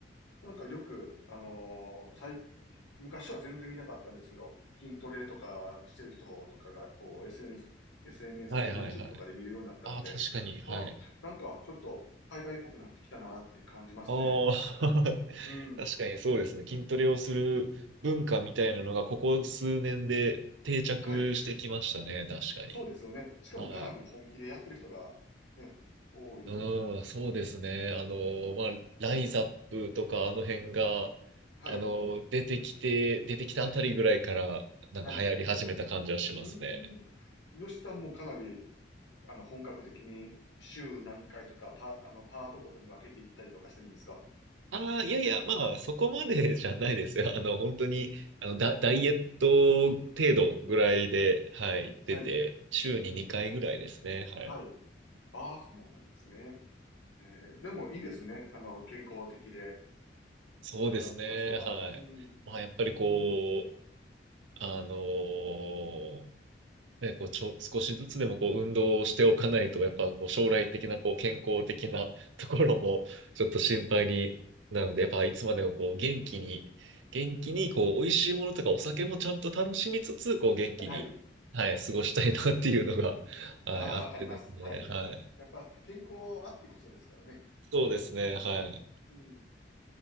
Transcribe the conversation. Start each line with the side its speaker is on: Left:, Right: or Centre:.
Left: なんかよく、あのー最、昔は全然見なかったんですけど、筋トレとかしてる人とかが、こう SNS、SNS
Right: はいはいはい。
Left: とか YouTube とかで見るようになったので、
Right: ああ、確かに。はい。
Left: あ、なんかちょっと海外っぽくなってきたなって感じますね。
Right: ああ、<laughs>
Left: うん。
Right: 確かにそうですね。筋トレをする文化みたいなのが、ここ数年で定着してきましたね。
Left: はい。
Right: 確かに。
Left: そうですよね。しかもかなり本気でやってる人がね、
Right: はい。
Left: 多い。
Right: うん、そうですね。あの、まあ、ライザップとか、あの辺が、
Left: はい。
Right: あの、出てきて、出てきたあたりぐらいから、なんか流行り始めた感じはしますね。
Left: はい。うーん。吉さんもかなり、あの、本格的に週何回とか、パ、あの、パートごとに分けていったりとかしてるんですか
Right: ああ、いやいや、まあ、そこまで <laughs> じゃないですよ。あの、本当に、あの、ダ、ダイエット程度ぐらいで、はい、行ってて、
Left: はい。
Right: 週に2回ぐらいですね。はい。
Left: はい。ああ、そうなんですね。えーでもいいですね。あの、健康的で
Right: そうですね。
Left: 体を動かすのは。
Right: はい。
Left: うん。
Right: まあ、やっぱりこう、
Left: うん。
Right: あのーね、こう、ちょ、少しずつでもこう、運動をしておかないと、やっぱこう、将来的なこう、健康的な <laughs> ところも、ちょっと心配になるので、やっぱいつまでもこう、元気に、元気に、こう、美味しいものとかお酒もちゃんと楽しみつつ、こう、元気に、
Left: はい。
Right: はい、過ごしたいなっていうのが、はい、
Left: ああ、
Right: あってですね、
Left: わかります。はい。
Right: はい。
Left: やっぱ健康あってこそですからね。
Right: そうですね、はい。
Left: うん。